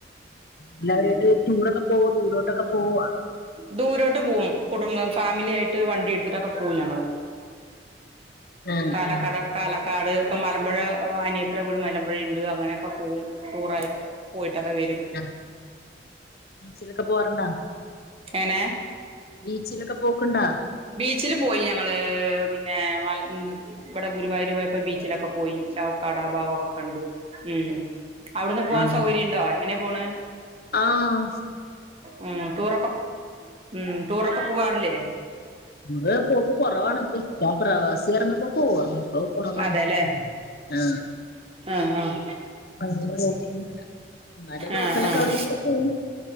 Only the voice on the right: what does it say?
ഉം
ദൂരോട്ട് പോകും കുടും ഫാമിലി ആയിട്ട് വണ്ടി എടുത്തിട്ടൊക്കെ പോവും ഞങ്ങള്.
പാലക്കാട്
പാലക്കാട് ഇപ്പൊ മല മലമ്പുഴ അനിയതീടെ വീട് മലമ്പഴയുണ്ട്. അങ്ങനെ പോവും ടൂറായിട്ട് ക്കെ പോയിട്ടൊക്കെ വരും.
എനെ
ബീച്ചിൽ പോയി ഞങ്ങള് പിന്നെ വ ഇവിടെ ഗുരുവായൂർ പോയ പ്പ ബീച്ചിലൊക്കെ പോയി. ചവക്കാട ഭാവൊക്കെ കണ്ടു. ഉ അവിടുന്ന് പോകൻ
സൗകര്യം ഉണ്ടോ എങ്ങനെയ പോണ്.
ഉ ടൂറൊക്കെ ഉം ടൂറൊക്കെ പോവാറില്ലേ
അതെല്ലേ
ആഹ് ആഹ്
ആഹ് ആഹ്